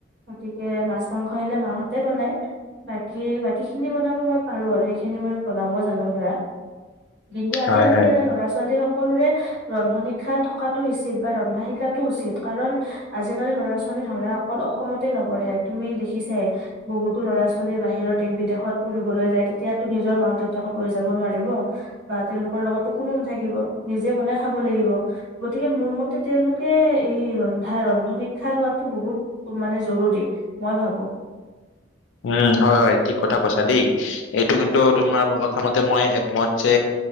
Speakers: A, on the right; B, on the left.
A: গতিকে মাছ, মাংস আহিলে মাহঁতে বনায়। বাকী বা কীখিনি বনাব মই পাৰোঁ আৰু সেইখিনি মই বনাবও জানো ধৰা। কিন্তু আজিকালি
B: হয় হয়
A: কি হৈ যায় ল'ৰা-ছোৱালী সকলোৰে ৰন্ধন শিক্ষা থকাটো উচিত। বা ৰন্ধা শিকাটো উচিত। কাৰণ আজিকালি ল'ৰা-ছোৱালী ধৰা অকল অসমতে নপঢ়ে। তুমি দেখিছাই বহুতো ল'ৰা-ছোৱালী বাহিৰত দেশ-বিদ দেশত পঢ়িবলৈ যায় তেতিয়াতো নিজৰ মাক দেউতাকক লৈ যাব নোৱাৰিব বা তেওঁলোকৰ লগতো কোনো নাথাকিব নিজে বনাই খাব লাগিব গতিকে মোৰ মতে তেওঁলোকে এই ৰন্ধা ৰন্ধন শিক্ষা লোৱাটো বহুত মানে জৰুৰী মই ভাবো
B: উম হয় হয় ঠিক কথা কৈছা দেই এইটো কিন্তু তোমাৰ কথা মতে মই একমত যে